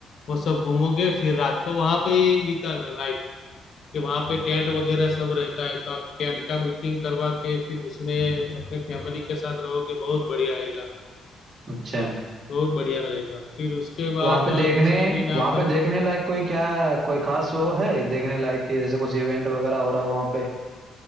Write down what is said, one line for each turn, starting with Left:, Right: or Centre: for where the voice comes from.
Left: वो सब घूमोगे फिर रात को वहां पे ही बिताना नाइट कि वहां पे टेंट वगैरह सब रहता है तो आप टेंट का बुकिंग करवा के फिर उसमें अपने फैमिली के साथ रहोगे बहुत बढ़िया आएगा
Right: अच्छा
Left: बहुत बढ़िया रहेगा फिर उसके बाद
Right: तो वहां पे
Left: अ,
Right: देखने
Left: दूसरे दिन आप
Right: वहां पे देखने लायक कोई क्या कोई खास वो है देखने लायक कि जैसे कुछ इवेंट वगैरह हो रहा हो वहां पे